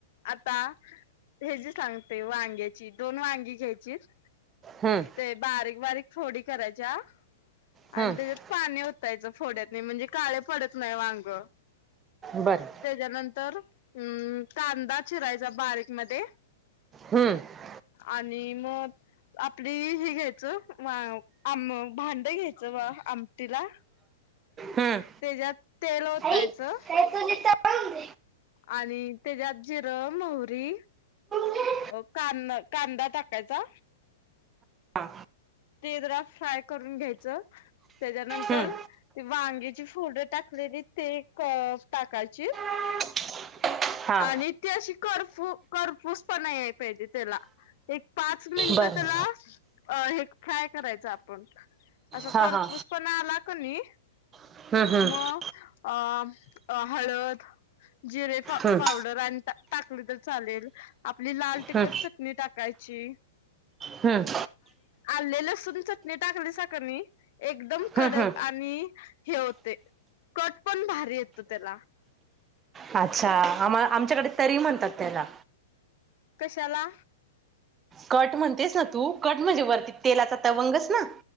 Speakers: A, on the left (about 50°); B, on the right (about 20°).
A: आता हे जी सांगते वांग्याची दोन वांगी घ्यायचीत
B: हम्म
A: ते बारीक बारीक फोडी करायच्या
B: हम्म
A: आणि त्याज्यात पाणी ओ तयाचं फोड्यातनी म्हणजे काळ पडत नाही वांग
B: बरं
A: तेज्यानंतर अम्म कांदा चिरायचा बारीकमध्ये
B: हम्म
A: आणि मग आपली ही घ्यायचं आ आम भांड घ्याय <unintelligible> आमटीला
B: हम्म
A: तेज्यात तेल ओतायचं
B: आई काय तुझी तळून
A: आणि तेज्यात जिरं मोहरी
B: दे
A: अ कांन कांदा टाकायचा
B: हा
A: ते जरा फ्राय करून घ्यायचं तेज्यानंतर
B: हम्म
A: ते वांगीची फोड टाकलेली ते क टाकायची
B: <unintelligible> हा
A: आणि ती अशी करफू करफूस पना याय पाहिजे तेला एक पाच मिनट
B: बरं
A: ते अ हे फ्राय करायचा आपण असं
B: हा
A: करपूस
B: हा
A: पण आला कनी
B: हम्म हम्म
A: मअ अ हळद जिरे
B: हम्म
A: पावडर आणि टाकली तर चालेल आपली लाल टिकट
B: हम्म
A: चटणी टाका ची
B: हम्म
A: आले लसूून चटणी टाकली साकनी एकदम कडक
B: हम्म हम्म
A: आणि हे होते कट पण भारी येतो त्याला
B: अच्छा आम आमच्याकडे तरी म्हणतात त्याला
A: कश्याला
B: कट म्हणतेस ना तू कट म्हणजे वरती तेलाचा तवंगस ना